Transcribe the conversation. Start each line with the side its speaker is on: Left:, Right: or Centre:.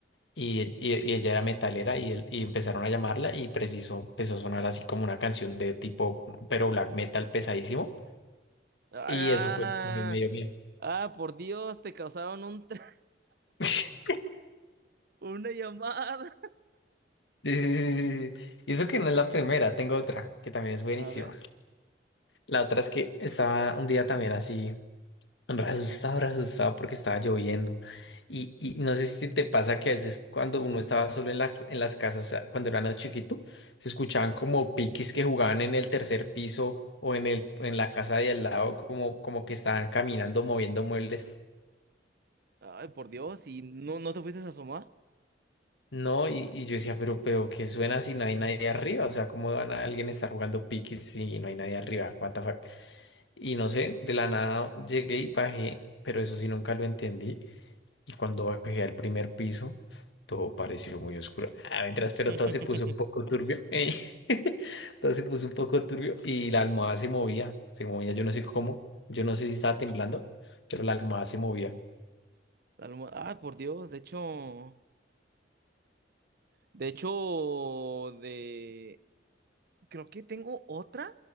Left: Y, y- y ella era metalera y, él- y empezaron a llamarla y preciso empezó a sonar así como una canción de tipo, pero black metal pesadísimo.
Right: Ah,
Left: Y eso fue lo que me dio miedo.
Right: ah, ah, por Dios, te causaron un... tra-
Left: <laughs>
Right: <laughs> una llamada.
Left: Sí, sí, sí, sí, sí. Y eso que no es la primera, tengo otra que también es buenísima.
Right: A ver.
Left: La otra es que estaba un día también así. Re asustado, re asustado porque estaba lloviendo. Y, y no sé si te pasa que a veces cuando uno estaba solo en la- en las casas, a- cuando era más chiquito, se escuchaban como piquis que jugaban en el tercer piso o en el, en la casa de al lado, como, como que estaban caminando, moviendo muebles.
Right: Ay, por Dios, ¿y no, no te fuiste a asomar?
Left: No, y, y yo decía, pero, pero, ¿qué suena si no hay nadie arriba? O sea, ¿cómo van a alguien estar jugando piquis si no hay nadie arriba? What the fuck? Y no sé, de la nada llegué y bajé, pero eso sí nunca lo entendí. Y cuando bajé al primer piso, todo pareció muy oscuro. Ah, mientras, pero
Right: <laughs>
Left: todo se puso un poco turbio. <laughs> eh. Todo se puso un poco turbio y la almohada se movía, se movía, yo no sé cómo, yo no sé si estaba temblando, pero la almohada se movía.
Right: Almo- Ay, por Dios, de hecho, de hecho, de creo que tengo otra